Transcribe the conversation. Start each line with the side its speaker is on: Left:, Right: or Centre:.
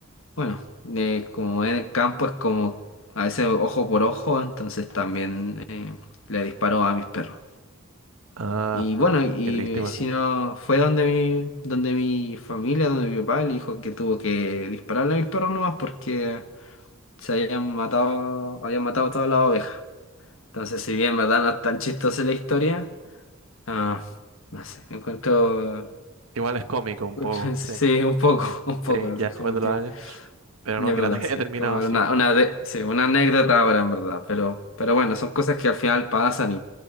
Left: bueno, eh, como en el campo es como a veces ojo por ojo, entonces también eh, le disparo a mis perros.
Right: Ah,
Left: Y
Right: pude.
Left: bueno, y
Right: Qué triste, igual.
Left: si no fue donde mi, donde mi familia, donde mi papá, le dijo que tuvo que dispararle a mis perros nomás porque se habían matado, habían matado todas las ovejas. Entonces, si bien verdad no es tan chistosa la historia, ah, no sé, encuentro,
Right: Igual es cómico un
Left: <laughs>
Right: poco.
Left: sí,
Right: Sí.
Left: un poco, un poco,
Right: Sí,
Left: así
Right: ya después
Left: como
Right: de
Left: que...
Right: los años. Pero
Left: es
Right: no,
Left: verdad,
Right: que la ataque
Left: sí.
Right: haya terminado
Left: Como
Right: así.
Left: era una, una de- sí, una anécdota ahora, en verdad. Pero, pero bueno, son cosas que al final pasan